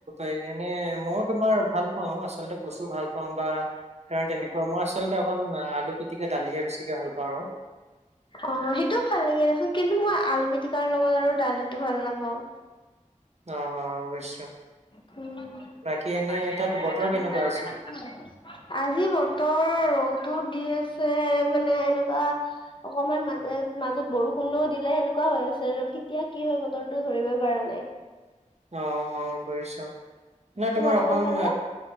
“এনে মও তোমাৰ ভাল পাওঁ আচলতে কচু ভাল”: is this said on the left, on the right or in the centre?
Right